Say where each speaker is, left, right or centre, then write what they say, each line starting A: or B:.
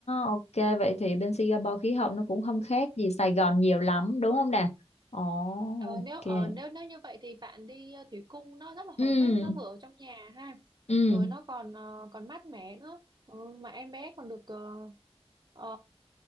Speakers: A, on the left; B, on the right.
A: ok vậy thì bên Singapore khí hậu nó cũng không khác gì Sài Gòn nhiều lắm đúng không nè ồ
B: Ờ,
A: ok
B: nếu ờ, nếu nếu như vậy thì bạn đi ờ, thủy cung nó rất là
A: ừ
B: hợp ấy nó vừa ở trong nhà ha
A: ừ
B: rồi nó còn ờ, còn mát mẻ nữa ừ, mà em bé còn được ờ, ờ,